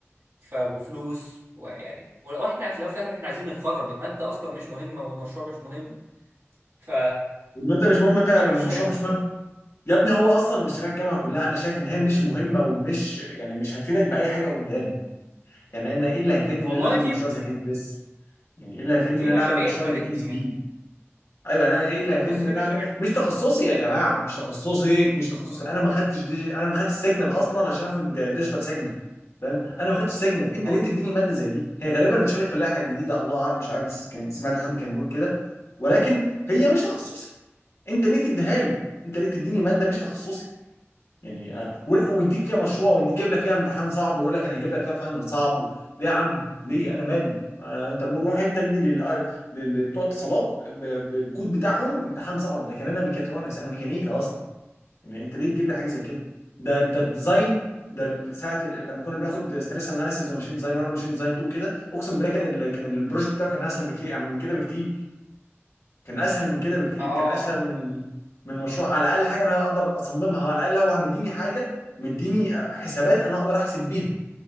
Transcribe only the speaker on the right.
ف... وفلوس ويعني واحنا في الاول وفي الاخر احنا عايزين نتخرج المادة اصلا مش مهمة والمشروع مش مهم ف
انا
مش فاهم
الصراحة
والله
في
في
مشاريع
فادتني
يعني
في
في
بص
في
مشاريع
ما
اه
اه